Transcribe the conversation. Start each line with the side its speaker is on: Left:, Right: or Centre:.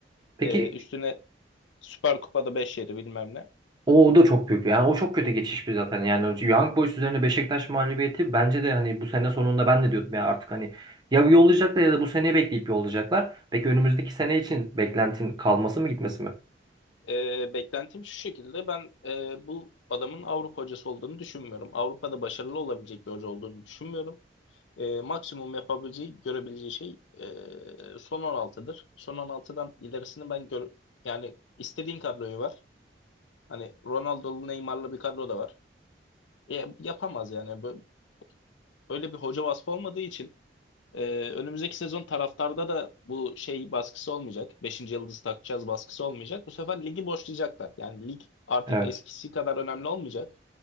Right: Peki
Left: Ee, üstüne Süper Kupa'da 5 yedi bilmem ne.
Right: o, o da çok büyük yani o çok kötü geçiş bir zaten yani Young Boys üzerine Beşiktaş mağlubiyeti bence de hani bu sene sonunda ben de diyordum ya artık hani ya yollayacaklar ya da bu seneyi bekleyip yollayacaklar. Peki önümüzdeki sene için beklentin kalması mı gitmesi mi?
Left: Ee, beklentim şu şekilde ben e, bu adamın Avrupa hocası olduğunu düşünmüyorum. Avrupa'da başarılı olabilecek bir hoca olduğunu düşünmüyorum. E, maksimum yapabileceği, görebileceği şey e, son 16'dır. Son 16'dan ilerisini ben gör yani istediğin kadroyu var. Hani Ronaldo'lu, Neymar'lı bir kadro da var. E, yapamaz yani. Bu- Böyle bir hoca vasfı olmadığı için e, önümüzdeki sezon taraftarda da bu şey baskısı olmayacak. Beşinci yıldız takacağız baskısı olmayacak. Bu sefer ligi boşlayacaklar. Yani lig artık
Right: Evet.
Left: eskisi kadar önemli olmayacak.